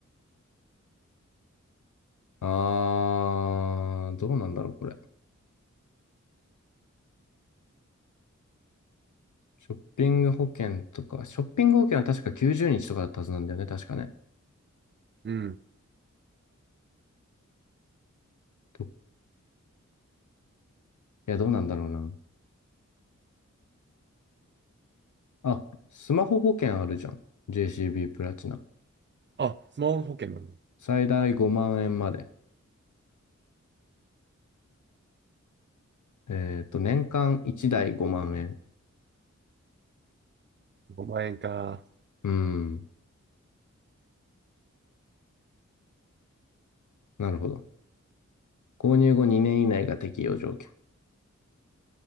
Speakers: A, on the left; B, on the right.
A: あー、どうなんだろう、これ。ショッピング保険とか、ショッピング保険は確か90日とかだったはずなんだよね、確かね。
B: うん。
A: いや、どうなんだろうな。あ、スマホ保険あるじゃん。JCB プラチナ。
B: あ、スマホ保険なの。
A: 最大5万円まで。えっと、年間1台5万円。
B: 5万円か。
A: うーん。なるほど。購入後2年以内が適用条件。